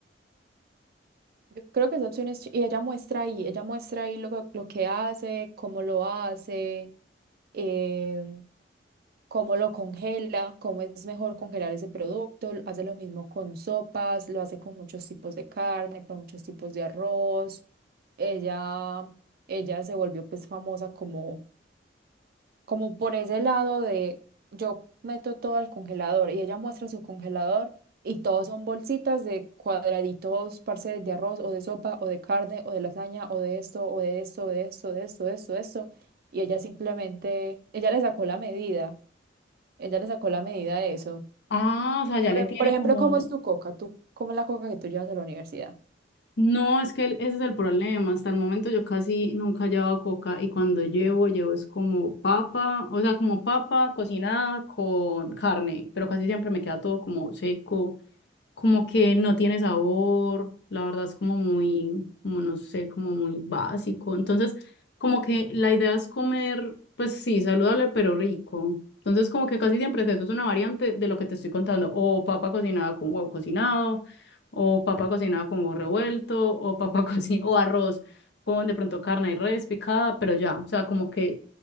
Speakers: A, on the right; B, on the left.
A: Yo creo que esa opción es, ch- y ella muestra ahí, ella muestra ahí lo, que- lo que hace, cómo lo hace, em, cómo lo congela, cómo es mejor congelar ese producto, lo- hace lo mismo con sopas, lo hace con muchos tipos de carne, con muchos tipos de arroz. Ella, ella se volvió pues famosa como como por ese lado de yo meto todo al congelador y ella muestra su congelador y todos son bolsitas de cuadraditos, parce, de arroz o de sopa o de carne o de lasaña o de esto o de esto, de esto, de esto, de esto, de esto. Y ella simplemente, ella le sacó la medida, ella le sacó la medida de eso.
B: Ah, o sea, ya
A: Por,
B: le
A: e-
B: tiene
A: por ejemplo,
B: como,
A: ¿cómo es tu coca? ¿Tú, cómo es la coca que tú llevas a la universidad?
B: No, es que el- ese es el problema. Hasta el momento yo casi nunca he llevado coca y cuando llevo, llevo es como papa, o sea, como papa cocinada con carne, pero casi siempre me queda todo como seco como que no tiene sabor, la verdad es como muy, como no sé, como muy básico. Entonces, como que la idea es comer, pues sí, saludable, pero rico. Entonces, como que casi siempre es eso, es una variante de lo que te estoy contando, o papa cocinada con huevo cocinado, o papa cocinada con huevo revuelto, o papa <laughs> cocinada, o arroz con de pronto carne y res picada, pero ya, o sea, como que